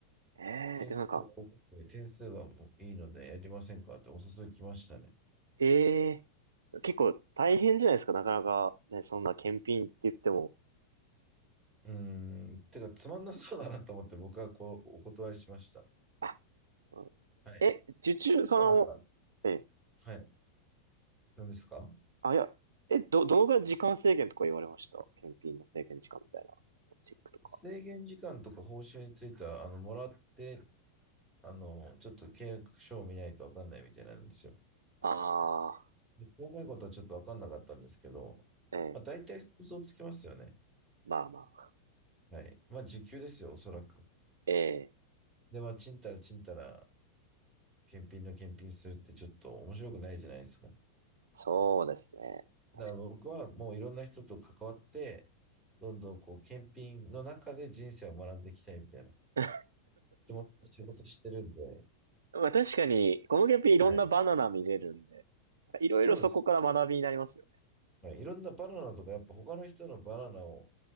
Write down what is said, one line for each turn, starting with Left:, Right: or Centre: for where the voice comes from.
Right: ええ、
Centre: 件数が多くて、
Right: でもなんか、
Centre: 点数がもういいのでやりませんかってお誘い来ましたね。
Right: ええ、結構大変じゃないですか、なかなかね、そんな検品って言っても。
Centre: うーん、てか、つまんなそうだなと思って僕はこう、お断りしました。
Right: あそうなんですね。
Centre: はい。
Right: え、受注、
Centre: 結構なんか、
Right: その、え、
Centre: はい。何ですか
Right: あ、いや、え、ど、どのぐらい時間制限とか言われました検品の制限時間みたいな。チェックとか。
Centre: 制限時間とか報酬については、あの、もらって、あの、ちょっと契約書を見ないとわかんないみたいなんですよ。
Right: あ
Centre: 細かいことはちょっと分かんなかったんですけど、
Right: あ、ええ、
Centre: まあ、大体想像つきますよね。
Right: まあまあ。
Centre: はい。まあ、時給ですよ、おそらく。
Right: ええ、
Centre: で、まあ、ちんたらちんたら、検品の検品するってちょっと面白くないじゃないですか。
Right: そうですね。確か
Centre: だから僕はもういろんな人と関わって、どんどんこう、検品の中で人生を学んでいきたいみたいな
Right: に。
Centre: 気持ちで仕事してるんで、
Right: <laughs> まあ確かに、この検品いろんなバナナ見れるんで、
Centre: はい。
Right: いろいろそこから学びになりますよね。
Centre: そうですよ。はい。いろんなバナナとか、やっぱ他の人のバナナを